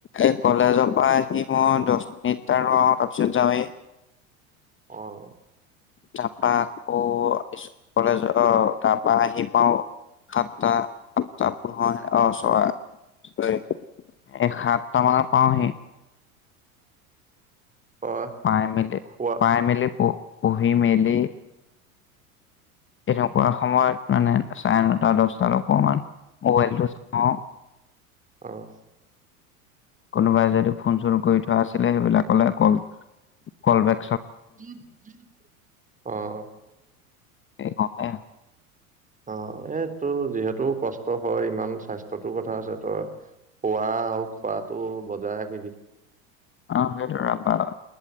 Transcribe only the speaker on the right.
অ',
অ', হয়
খোৱা
অ <unintelligible>
<unintelligible> অহ,
অ, এ তোৰ যিহেতু কষ্ট হয় ইমান স্বাস্থ্যটোৰ কথা আছে তই শুৱা আৰু খোৱাটো বজাই ৰাখিবি।